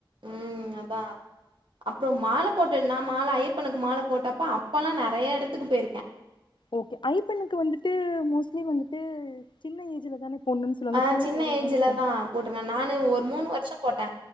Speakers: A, on the right; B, on the left.
A: ம் அதா அப்றோ மால போட்ட நா மால ஐயப்பனுக்கு மால போட்டப்ப அப்பலா நெறையா எடத்துக்கு போயிருக்கே
B: ஓகே ஐயப்பனுக்கு வந்துட்டு மோஸ்ட்லி வந்துட்டு சின்ன ஏஜ்ல தானே போட்ணுன் சொல்லுவாங்க
A: ஆ
B: சின்ன வயதுல
A: ஏஜ்ல
B: தானே போட்ணு
A: தா போட்ருக்கே நானே ஒரு மூணு வர்ஷ போட்டே